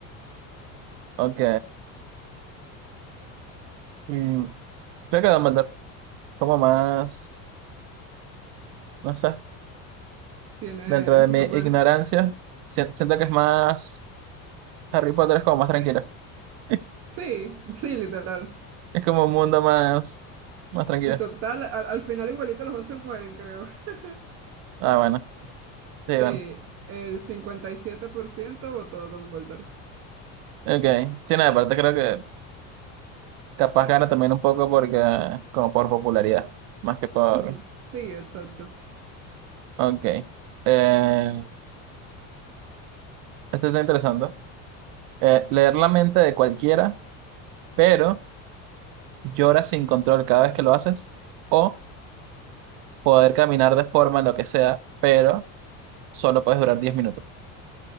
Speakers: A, on the right; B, on the right.
A: Ok. Mm, creo que Dumbledore, como más, no sé,
B: Tiene,
A: dentro de mi
B: ¿cómo
A: ignorancia,
B: es?
A: si- siento que es más, Harry Potter es como más tranquilo. <laughs>
B: Sí, sí, literal.
A: Es como un mundo más, más tranquilo.
B: Y total, al, al final igualito los dos se mueren, creo. <laughs>
A: Ah, bueno, sí,
B: Sí,
A: bueno.
B: el cincuenta y siete por ciento votó Dumbledore.
A: Ok. Sí, nada, aparte creo que capaz gana también un poco porque, como por popularidad, más que por...
B: Ujú, Sí, exacto.
A: Ok. Eh, esto está interesante. Eh, leer la mente de cualquiera, pero llora sin control cada vez que lo haces. o poder caminar de forma, en lo que sea, pero solo puedes durar 10 minutos.